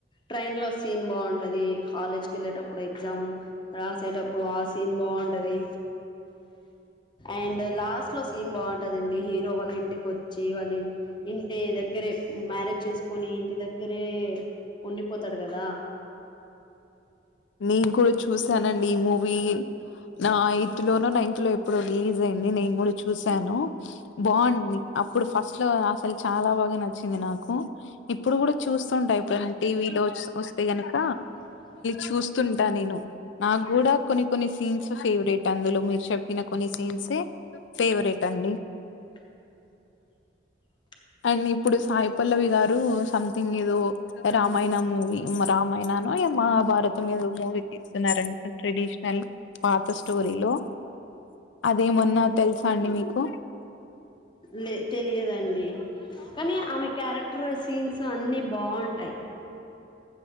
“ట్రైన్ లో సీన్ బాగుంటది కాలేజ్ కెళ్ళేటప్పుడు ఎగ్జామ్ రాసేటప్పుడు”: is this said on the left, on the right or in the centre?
Left